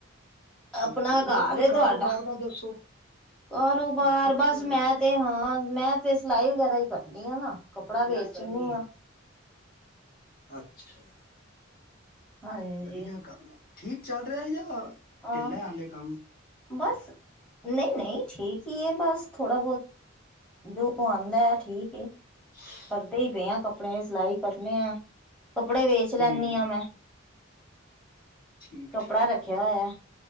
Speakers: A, on the left; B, in the centre.
A: ਠੀਕ
B: ਆਪਣਾ
A: ਠੀਕ ਹੋਰ
B: ਘਰ
A: ਕੋਈ ਕਾਰੋਬਾਰ
B: ਤੁਹਾਡਾ
A: ਦਾ ਦੱਸੋ
B: ਕਾਰੋਬਾਰ
A: ਠੀਕ
B: ਬਸ
A: ਚੱਲ ਰਿਹਾ
B: ਮੈਂ ਤੇ ਹਾਂ ਮੈਂ ਤੇ ਸਿਲਾਈ ਵਗੈਰਾ ਹੀ ਕਰਨੀ ਆ ਨਾ ਕੱਪੜਾ ਵੇਚਦੀ ਆ।
A: ਅੱਛਾ।
B: ਹਾਂਜੀ
A: ਵਧੀਆ ਕੰਮ ਹੈ, ਠੀਕ ਚੱਲ ਰਿਐ ਯਾ
B: ਹਾਂ
A: ਢਿੱਲਾ ਹਾਲੇ ਕੰਮ?
B: ਬਸ ਨਹੀਂ ਨਹੀਂ ਠੀਕ ਹੀ ਏ ਬਸ ਥੋੜਾ ਬੌਤ ਜੋ ਆਂਦਾ ਠੀਕ ਏ।
A: <inaudible>
B: ਕਰਦੇ ਹੀ ਪਏ ਆਂ ਕੱਪੜੇਆਂ ਦੀ ਸਿਲਾਈ ਕਰਨੇ ਆ। ਕੱਪੜੇ ਵੇਚ ਸੀ ਲੈਂਣੀ
A: ਹੂੰ ਹੂੰ
B: ਆਂ ਮੈਂ।
A: ਠੀਕ
B: ਕੱਪੜਾ
A: ਠੀਕ
B: ਰੱਖਿਆ ਹੋਇਆ